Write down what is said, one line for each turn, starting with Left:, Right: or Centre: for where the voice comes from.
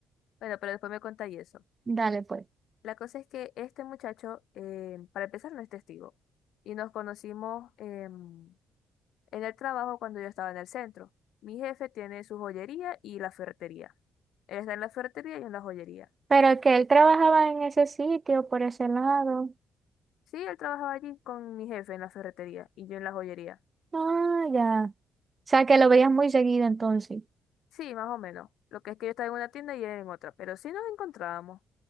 Left: Bueno, pero después me contáis eso.
Right: Dale pues.
Left: La cosa es que este muchacho, eh, para empezar, no es testigo. Y nos conocimos em, en el trabajo cuando yo estaba en el centro. Mi jefe tiene su joyería y la ferretería. Él está en la ferretería y yo en la joyería.
Right: Pero que él trabajaba en ese sitio, por ese lado.
Left: Sí, él trabajaba allí con mi jefe en la ferretería y yo en la joyería.
Right: Ah, ya. O sea, que lo veías muy seguido entonces.
Left: Sí, más o menos. Lo que es que yo estaba en una tienda y él en otra, pero sí nos encontrábamos.